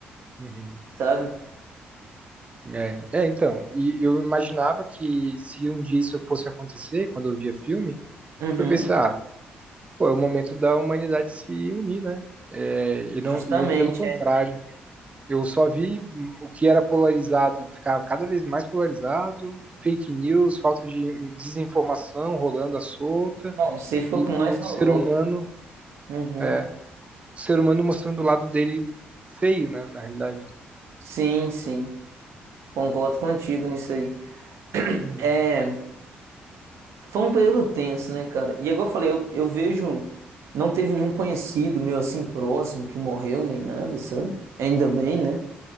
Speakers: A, on the right; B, on the right.
A: Uhum.
B: sabe?
A: É, é, então, e eu imaginava que se um dia isso fosse acontecer, quando eu via filme,
B: Uhum.
A: eu pensava, Pô, é o momento da humanidade se unir, né? É, e
B: Justamente,
A: não, e eu, pelo contrário,
B: é.
A: eu só vi hum, o que era polarizado ficar cada vez mais polarizado, fake news, falta de desinformação rolando à solta,
B: Não, você foi
A: e
B: o que mais
A: o
B: rolou.
A: ser humano,
B: Uhum.
A: é, o ser humano mostrando o lado dele feio, né? Na realidade.
B: Sim, sim. Concordo contigo nisso aí.
A: Hum,
B: É, foi um período tenso, né, cara? E agora eu falei, eu, eu vejo, não teve nenhum conhecido meu assim próximo que morreu nem nada, sabe? Ainda bem, né?